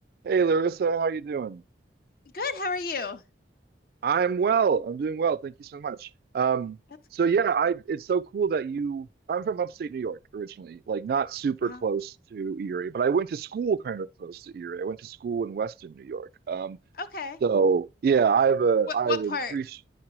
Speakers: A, on the right; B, on the left.
A: Hey Larissa, how you doing?
B: Good, how are you?
A: I'm well. I'm doing well. Thank you so much. Um,
B: That's
A: so
B: good.
A: yeah, I it's so cool that you I'm from upstate New York originally, like not super
B: Uh-huh.
A: close to Erie, but I went to school kind of close to Erie. I went to school in Western New York. Um,
B: Okay.
A: so yeah, I have a
B: What
A: I
B: what
A: have a
B: part?
A: appreci